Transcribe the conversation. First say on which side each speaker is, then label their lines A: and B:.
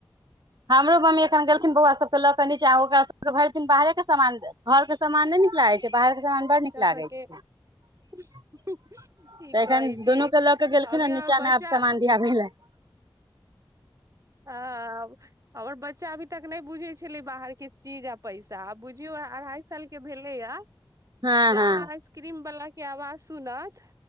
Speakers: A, on the right; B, on the right.
A: हमरो मम्मी एखन गेलखिन बौआ सबके लऽ के नीचा ओकरा सबके भ इर दिन बाहरे के सामान घर के सामान नइ नीक लागै छै बाहर के सामान बड़
B: बच्चा
A: नीक लागै
B: सबके
A: छै
B: ठीक
A: तऽ एखन
B: कहै छियै
A: दुनूके लऽ केऽ गेलखिन
B: अभी
A: हे
B: हमर
A: नीचामे
B: बच्चा
A: आब सामान दियाबै लए <inaudible>
B: आब और बच्चा अभी तक नहि बुझै छलै बाहर के चीज आ पैसा आ बुझियो अढ़ाई साल के भेलै य
A: हँ
B: जहाँ
A: हँ
B: आइसक्रीम बाला के आवाज सुनत